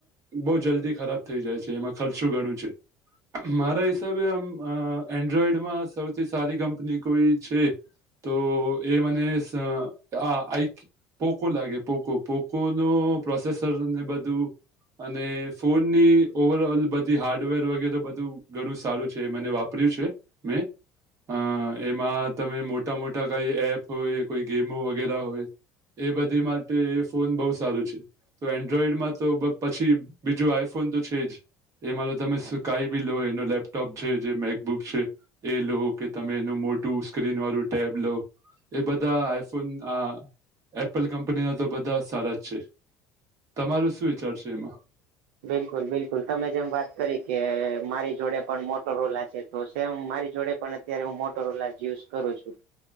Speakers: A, on the right (about 45°); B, on the right (about 80°).
A: બહુ જલ્દી ખરાબ થઈ જાય છે એમાં ખર્ચો ઘણો છે. મારા હિસાબે આમ અ એન્ડ્રોઈડમાં સૌથી સારી કંપની કોઈ છે તો એ મને સ આ આઈ ક પોકો લાગે પોકો પોકો નો પ્રોસેસર ને બધું અને ફોન ની ઓવર ઓલ બધી હાર્ડવેર વગેરે બધું ઘણું સારું છે એ મને વાપર્યું છે. મેં અહ એમાં તમે મોટા મોટા કઈ એપ હોય કોઈ ગેમો વગેરા હોય. એ બધી માટે એ ફોન બહુ સારું છે. તો એન્ડ્રોઈડમાં તો પછી બીજું આ ફોન તો છે જ એમાં તો તમે સ કાય બી લો એનો લેપટોપ છે જે મેકબુક છે એ લો કે તમે એનું મોટું સ્ક્રીન વાળું ટેબ લો એ બધા આઈફોનઆ એપલ કંપનીના તો બધા સારા જ છે. તમારુ શું વિચાર છે એમાં?
B: બિલકુલ બિલકુલ તમે જેમ વાત કરી કે મારી જોડે પણ મોટો રોલા છે તો સેમ મારી જોડે પણ અત્યારે હું મોટો રોલાજ યુઝ કરું છું.